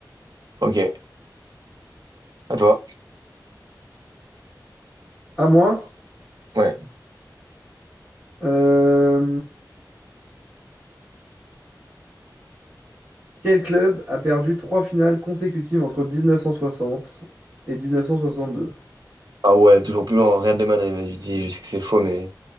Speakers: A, on the right; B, on the right.
A: Ok. À toi.
B: À moi?
A: Ouais.
B: Euh, Quel club a perdu trois finales consécutives entre 1960 et 1962?
A: Ah ouais, toujours plus loin, Real de Madrid, vas-y, je dis, je sais que c'est faux, mais